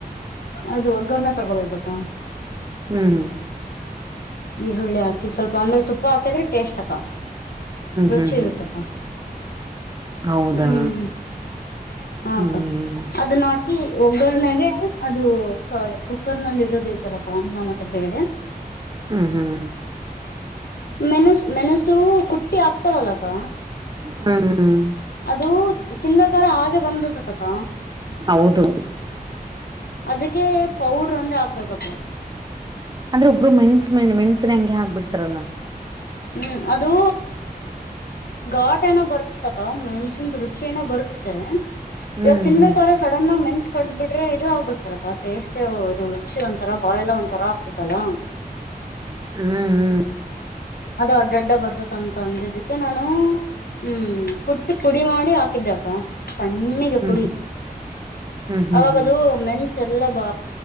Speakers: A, on the left; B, on the right.
A: ಅದು ಒಗ್ಗರಣನ್ನ ತಗೋಬೇಕಕ್ಕ.
B: ಹ್ಮ್-
A: ಈರುಳ್ಳಿಾಕಿ ಸ್ವಲ್ಪ ಅಂದ್ರೆ ತುಪ್ಪ ಹಾಕಿದ್ರೆ ಟೇಸ್ಟ್ ಅಕ್ಕ. ರುಚಿ
B: ಹ್ಮ್ ಹ್ಮ್ ಹ್ಮ್
A: ಇರುತಕ್ಕ.
B: ಹೌದಾ
A: ಹ್ಮ್ ಹಾಕ್ಕ
B: ಹ್ಮ್
A: ಅದ ನಾ. ಒಗ್ಗನಾಗೆ ಅದು ಕುಕ್ಕರ್ ನಲ್ಲಿ ಇರೋದ ಐತಲ ಕವ ಮತ್ರ ಬೇಡ.
B: ಹ್ಮ್ ಹ್ಮ್-
A: ಮೆಣಸು ಮೆಣಸು ಕುಟ್ಟಿ ಆಾಕ್ತಾರಲ್ಲಪ್ಪ.
B: ಹ್ಮ್-
A: ಅದು ತಿಂದಕಾರ ಹಾಗೆ ಬಂದಬಿಡ್ತತಕ್ಕ.
B: ಹೌದು.
A: ಅದಕ್ಕೆ ಪೌಡ್ರ ಅಂದ ಹಾಕ್ಬೇಕ.
B: ಅಂದ್ರೆ ಒಬ್ರು ಮೆಣಸ ಮೆಣಸಿನಿ ಹಂ ಹಾಕ್ಬ ಬಿಡ್ತಾರಲ್ಲಾ.
A: ಹ್ಮ್ ಅದು. ಾಟ್ ಏನೋ ಬರ್ತತಕ ಮೆನ್ಸನ್ ರುಚಿ ಏನೋ ಬರುತ್ತದೆ
B: ಹ್ಮ್
A: ಇವಾಗ ತಿನ್ಬೇಕಾದ್ರೆ
B: ಹ್ಮ್
A: ಸ. ಡನ್ನ ಮೆನ್ಸ್ ಕದ್ ಬಿಟ್ರೆ ಇದು ಆಗ್ಬಿಡ್ತಲ್ಲ ಟೇಸ್ಟ್ೇ ಇದು ರುಚಿ ಒಂಂತರಾ ಬಾಯ್ಲಾ ಒಂಂತರ ಆಗ್ತತಲ್ಲ.
B: ಹ್ಮ್-
A: ಅದು ಅಡ್ಡಡ್ಡ ಬರ್ತತೆ ಅಂತ ಅಂದಿದ್ದಕ್ಕೆ ನಾನು. ಹ್ಮ್ ಕುಟ್ಟಿ ಪುಡಿ ಮಾಡಿ ಹಾಕಿದ್ದಕ್ಕ. ಕಣ್ಣಿಗೆ
B: ಹ್ಮ್
A: ಪುಡಿ
B: ಹ್ಮ್ ಹ್ಮ್ ಹ್ಮ್
A: ಅವಾಗದು
B: ಹ್ಮ್ ಹ್ಮ್ ಹ್ಮ್
A: ಮೆಣಸು. ಎಲ್ಲ ಬ